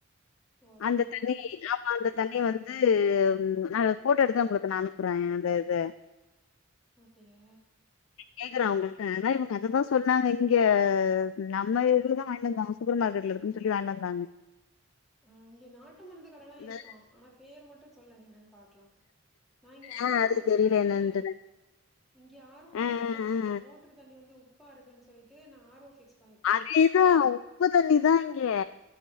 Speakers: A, in the centre; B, on the left.
A: ஓ அப்டியா
B: அந்த தண்ணி அந்த தண்ணி வந்து நா போட்டோ எடுத்து உங்களுக்கு நான் அனுப்புறேன் அந்த இத
A: அப்டியா
B: கேக்குறேன் உங்கள்ட்ட அதா இவங்க அததா சொன்னாங்க இங்க நம்ம இதுலதா வாங்கிட்டு வந்தாங்க சூப்பர் மார்க்கெட்ல இருக்குன்னு சொல்லி வாங்கிட்டு வந்தாங்க.
A: ஆ இங்க நாட்டு மருந்து கடைல எல்லா
B: இந்த
A: இருக்கா ஆனா பேர் மட்டு சொல்லுங்க என்னன்னு பாக்கலா நா இங்க
B: ஆ
A: ஆர்
B: அது
A: ஓ வெச்சிருக்கேன்
B: தெரியல என்னன்ட்டு
A: இங்க ஆர் ஓ
B: ஆ
A: வாட்டர்தான்
B: ஆ
A: இங்க
B: ஆ
A: மோ ட்டர் தண்ணி வந்து உப்பா இருக்குன்னு சொல்லிட்டு நா ஆர் ஓ பிக்ஸ்
B: அதேதா உப்பு தண்ணிதா இங்க